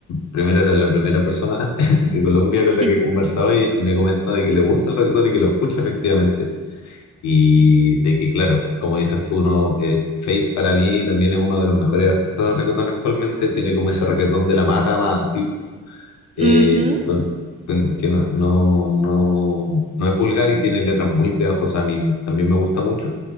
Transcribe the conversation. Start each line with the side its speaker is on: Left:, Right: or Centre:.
Left: primero era la primera persona <laughs> de Colombia con la
Right: sí,
Left: que he conversado y, y me comenta de que le gusta el reggaetón y que lo escucha efectivamente y
Right: sí.
Left: de que, claro, como dices tú, no, eh, Fate para mí también es uno de los mejores artistas de reggaetón actualmente. Tiene como ese reggaetón de la mata más antiguo, eh,
Right: Ujú,
Left: que, con- con- que no, no, no, no es vulgar y tiene letras muy pegajosas. A mí también me gusta mucho.